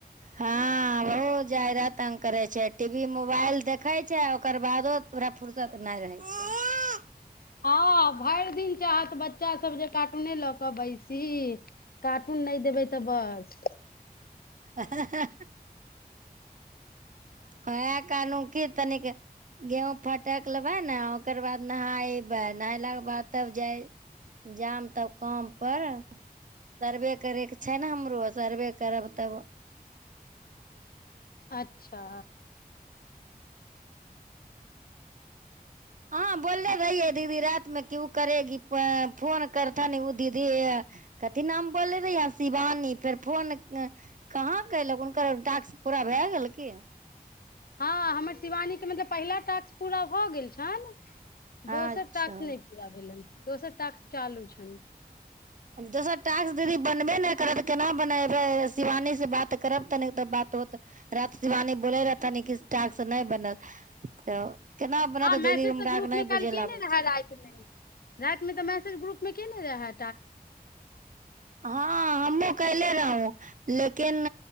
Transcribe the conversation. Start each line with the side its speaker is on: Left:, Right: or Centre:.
Right: हँ बहुत जादा तंग करै छै टीवी मोबाइल देखै छै ओकर बादो तोरा फुर्सत नहि रहै छै
Left: हँ भरि दिन चाहत बच्चा सब जे कार्टूने लऽ क बैसी कार्टून नहि देबै तऽ बस
Right: हहहह उहे कहनौ की तनिक गेहूं फटक लेबै ने ओकर बाद नहायबै नहलाके बाद तब जाय जाम तब काम पर सर्वे करयके छै ने हमरो सर्वे करब तब
Left: अच्छा
Right: अहां बोलले रहियै दीदी रातिमे कि ओ करेगी फोन करथिन ओ दीदी कथी नाम बोलले रहिये शिवानी फेर फोन कहाँ कयलक हुनकर टास्क पूरा भए गेल की
Left: हँ हमर शिवानीेक मतलब पहिला टास्क पूरा भऽ गेल छन दोसर
Right: अच्छा
Left: टास्क नहि पूरा भेलन दोसर टास्क चालू छैन
Right: दोसर टास्क दीदी बनबे नहि करत केना बनेबै शिवानी से बात करब तनि तऽ बात होत रात शिवानी बोलै रहथिन कि टास्क नहि बनल तऽ केना बनत
Left: हँ मैसेज
Right: दीदी हमरा
Left: तऽ ग्रुपमे
Right: आरके नहि
Left: काइल
Right: बुझै लए
Left: केने
Right: आबै
Left: रहे
Right: छै
Left: रातिमे रातिमे तऽ मै सेज ग्रुपमे केने रेहए
Right: हँ हमू कयले र हूं लेकिन